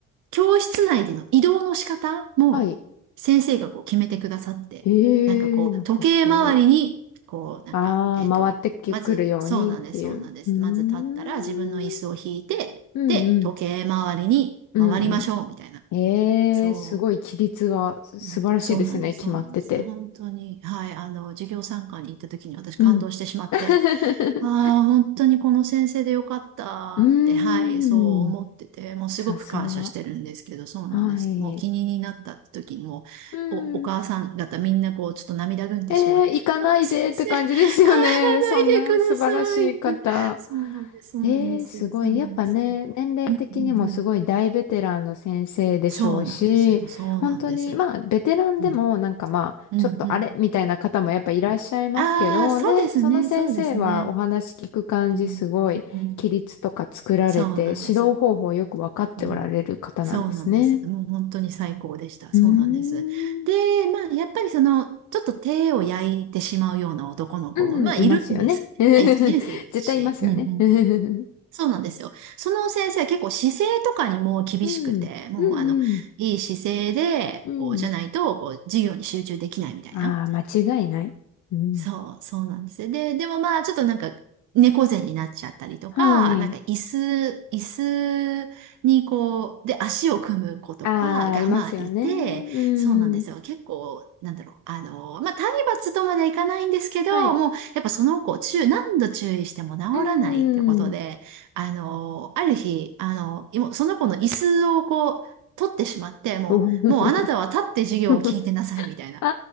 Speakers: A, on the right; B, on the left.
A: 教室内での移動の仕方も先生がこう決めてくださって、
B: はい。へえ、
A: なんかこう、
B: なんかすごい。
A: 時計回りに、こう、なんか、
B: ああ、
A: えっと、
B: 回ってきくるようにっていう。
A: まず、そうなんです、そうなんです。
B: うーん。
A: まず立ったら自分の椅子を引いて、
B: うんうん。
A: で、時計回りに回りましょう、
B: うんうん。
A: みたいな。
B: ええ、
A: そう。
B: すごい規律がす素晴らしいですね。
A: うんそうなんです、
B: 決まってて。
A: そうなんです。本当に、はい、あの、授業参観に行った時に私感動してしまって、
B: うん。<laughs>
A: ああ、本当にこの先生でよかったって、
B: うーん。
A: はい、そう思ってて、もうすごく感謝してるんですけど、
B: さすが。
A: そうなんです。
B: はい。
A: もう気になった時にもう、
B: うん
A: お、お母さん方みんなこう、ちょっと涙ぐんでしまって、
B: えー、行かないでって感じですよね。
A: ああ、先生、帰らないでくださいって、
B: そんな素晴らしい方。
A: そうなんです、そうなんです、
B: えー、すごい。
A: そうなんです。
B: やっぱね、年齢的にもすごい大ベテランの先生でしょうし、
A: うんうんうん、そうなんですよ、そうなんです。
B: 本当に、まあ、ベテランでも、
A: うん、
B: なんかまあ、
A: うん、
B: ちょっとあれみたいな方もやっぱいらっしゃいますけど、
A: うん。ああ、そうですね、
B: ね、その先生はお話聞く感じ、
A: そうですね。うん、
B: すごい、
A: うん、
B: 規律とか作られて、
A: そうなんです。
B: 指導方法よくわかっておられる方なんですね。
A: うん、そうなんです。もう本当に最高でした。
B: うー
A: そうなんです。
B: ん。
A: で、まあ、やっぱりその、ちょっと手を焼いてしまうような男の子も、
B: うん、
A: まあ、いるんですね。
B: いますよね。<laughs>
A: まあ、一年生ですし。
B: 絶対いますよね。
A: うんうん、
B: <laughs> うん、
A: そうなんですよ。その先生は結構姿勢とかにも厳しくて、
B: うん、
A: もうあの、
B: うん、
A: いい姿勢で、
B: うん。
A: こう、じゃないと、こう、授業に集中できないみたいな。
B: ああ、間違いない。うん。
A: そう、そうなんですよ。で、でもまあ、ちょっとなんか、猫背になっちゃったりとか、
B: はい。
A: なんか椅子、椅子にこう、で、足を組む子とかがまあいて、
B: ああ、いますよね。う
A: そうなんですよ。
B: ん。
A: 結構、なんだろう、あの、まあ、体罰とまでいかないんですけど、
B: はい。
A: もう、やっぱその子、注、何度注意しても治らないってことで、
B: うん。
A: あの、ある日、あの、今その子の椅子をこう、取ってしまって、もう、
B: お
A: もうあなたは立って授業を聞いてなさいみたいな。
B: <laughs> あ